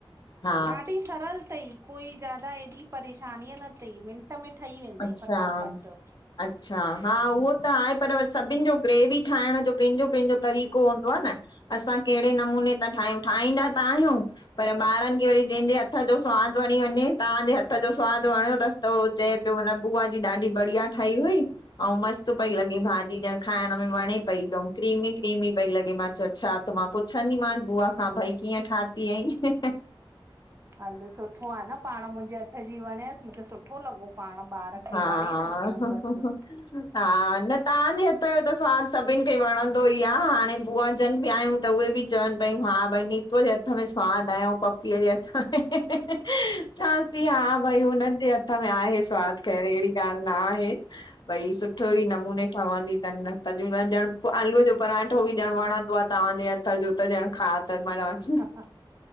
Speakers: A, on the left; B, on the right.
A: हा
B: ॾाढी सरल तई। कोई ज्यादा ऐॾी परेशानीअ न थई मिंट में ठही वेंदई,
A: अच्छा
B: फटाफट।
A: अच्छा, हा उहो त आहे, पर वरी सभिनि जो ग्रेवी ठाहिण जो पंहिंजो पंहिंजो तरीक़ो हूंदो आ न। असां केहिड़े नमूने ता ठाहियूं, ठाहींदा त आहियूं। पर ॿारनि खे वरी जंहिंजे हथ जो सवादु वणी वञे, तहांजे हथ जो सवादु वणियो तस उ चए जो हुन बुआ जी ॾाढी बढ़िया ठाही हुई। अउं मस्तु पई लॻे भाॼी ॼणु खाइण में वणे पई क्रीमी क्रीमी पई लॻे, मां चयो छा त मां पुछंदीमसि बुआ खां भई कीअं ठाहतीं अई।
B: हल सुठो आ न पाण मुंहिंजे हथ जी वणिय्स मूंखे सुठो लॻो। पाण ॿार खे
A: हा
B: वणे न शयूं
A: हा,
B: बसि।
A: हा न तांजे हथ हुत्ते जो त स्वादु सभिनि खे वणंदो ई आ, हाणे बुआ जन बि आयूं त उहे बि चवनि पयूं हा भई नी वोई हथ में सवादु आयों पपीअ जे हथ में चवांस्ती हा भई हुन जे हथ हथ में आहे स्वादु ख़ैर अहिड़ी ॻाल्हि न आहे भई सुठो ई नमूने ठहंदी तन। <unintelligible> ॼण आलूअ जो पराठो बि ॼणु वणंदो आहे तव्हांजे हथ जो त ॼण खा त मा <unintelligible>
B: हा